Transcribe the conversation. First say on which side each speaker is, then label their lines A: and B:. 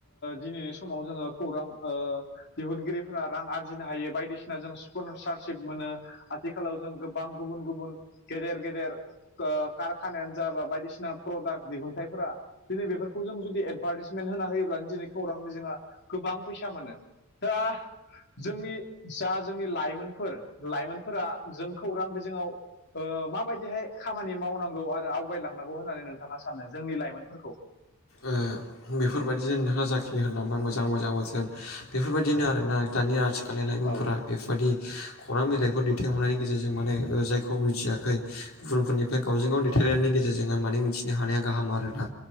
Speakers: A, on the left; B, on the left.
A: दिनैनि समाव जोङो खौरां दिहुनगिरिफोरा रां आरजिनो हायो बायदिसिना जों स्पनसारशिप मोनो आथिखालाव जों गोबां गुबुन- गुबुन गेदेर-गेदेर कारखानायानो जाबा बायदिसिना प्रडाक्ट दिहुनथाइफोरा दिनै बेफोरखौ जों जुदि एडभार्टाइसमेन्ट होना होयोब्लानो दिनै खौरां बिजोङा गोबां फैसा मोनो। जोंहा जोंनि जा जोंनि लाइमोनफोर लाइमोनफोरा जों खौरां बिजोङाव माबायदिहाय खामानि मावनांगौ आरो आवगायलांनांगौ होननानै नोंथाङा सानो? जोंनि लाइमोनफोरखौ <inaudible>
B: ओ बेफोरबायदिनो नोंथाङा जाखिनि होलांबाय मोजां मोजां बोथोन बेफोरबायदिनो आरोना दानि आथिखालनि लाइमोनफोरा
A: औ
B: बेबायाददि खौरां बिलाइफोर दैथायहरनायनि गेजेरजों माने जायखौ बुजियाखै गुबुनफोरनिफ्राय गावजों गाव टनि गेजेरजोंहाय माने मिथिनो हानाया गाहाम आरोना।